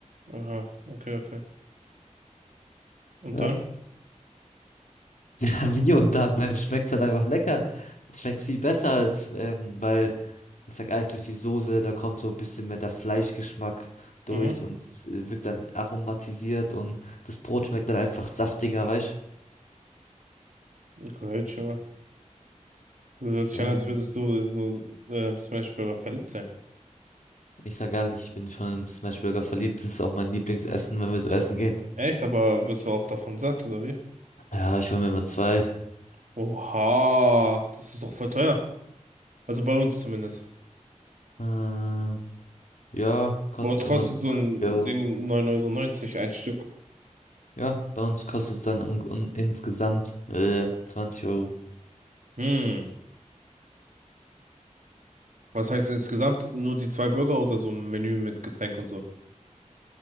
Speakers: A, on the right; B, on the left.
A: Aha, okay, okay. Und
B: Ja.
A: dann?
B: <laughs> Ja, wie und dann, dann schmeckt's halt einfach lecker. Es schmeckt viel besser als, ähm, weil, ich sag ehrlich, durch die Soße, da kommt so ein bisschen mehr der Fleischgeschmack durch
A: Mhm.
B: und es äh, wirkt dann aromatisiert und das Brot schmeckt dann einfach saftiger, weißt
A: Okay, schon mal. Das hört sich
B: du? Äh,
A: an, als würdest du in so ähm, Smash Burger verliebt sein.
B: ich sag ehrlich, ich bin schon im Smashburger verliebt. Das ist auch mein Lieblingsessen, wenn wir so essen gehen.
A: Echt, aber wirst du auch davon satt, oder wie?
B: Ja, ich hole mir immer zwei.
A: Oha, das ist doch voll teuer. Also bei uns zumindest.
B: Äh, ja, kostet
A: Bei uns kostet
B: immer so
A: so
B: 20
A: ein
B: Euro.
A: Ding 9,90 Euro neunzig ein Stück.
B: Ja, bei uns kostet es dann un un insgesamt äh, 20 Euro.
A: Hm. Was heißt insgesamt nur die zwei Burger oder so ein Menü mit Getränk und so?